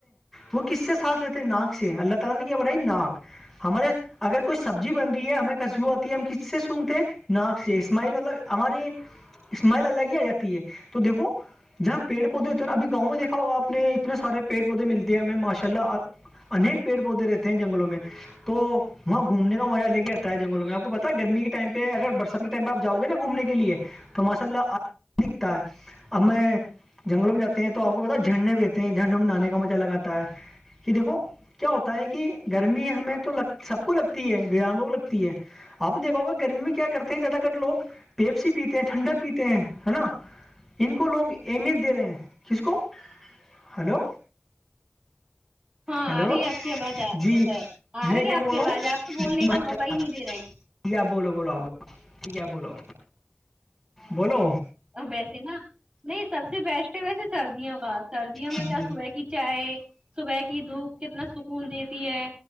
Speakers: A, in the centre; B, on the right (about 25°).
A: وو کسے سچلتے ہیں ناک سے اللہ کو تو کیا بنائ ناک ہمارے اگر کوئی سبزی بن رہی ہے ہمیں خشبو آتی ہے ہم کس سے سنتے ہیں ناک سے اسماعل مطلب ہمارے اسماعل الگ ہی آ جاتی ہے تو دیکھو جہاں پیڑ پودے ہوتے ہیں ن ابھی گاؤں دیکھا ہوگاپ نے اتنے سار پڑ پودے ملتے ہیں ہمیں ماشء ال انیک پیڑ پودے رہتے ہیں جنگلوں میں تو وہاں گھومنے کا مہ لے آتا ہے جنگوں میں آپ کو پتا گمی ٹائم پہ اگر بس ائمہ آپ جؤ گے نا گھومنے لیے تو ماشاء اللہ دکھتا ہے اب ہم میں جنگلوں میں جاتے ہیں تو آپ کو پتا جھرنڈے بیتے ہیں جنڈوں میں نہانے کا مزہ لگاتا ہے کہ دیکھو کیا ہوتا ہے کہ گرمی ہمیں تو لگ سب کو لگتی ہے گامب لگتی ہے آپ نے دیکھا ہوگا گرمی میں کیا کرتے ہیں زیادہ تر لوگ پیپسی پیتے ہیں ٹھنڈا پیتے ہیں نا ان کو لوگ اہمیت دے رہے ہیں کس کو ہلو
B: ہاں
A: ہیلو
B: آ رہی ہے آپ کی آواز آ رہی
A: جی
B: ہے سر آ
A: میں
B: رہی
A: کیا
B: ہے آپ
A: بول
B: کی
A: رہا
B: آواز
A: ہوں
B: آپ
A: <unintelligible>
B: تو بولنے کا موقع ہی نہیں دے رہے
A: ٹھیک بولو بولو آپ بو ٹھیک ہے بولو بولو
B: ویسے نا نہیں سب سے بیسٹ ہے ویسے سردیوں کا سردیوں میں
A: جی
B: کیا صبح کی چائے صبح کی دھوپ کتنا سکون دیتی ہے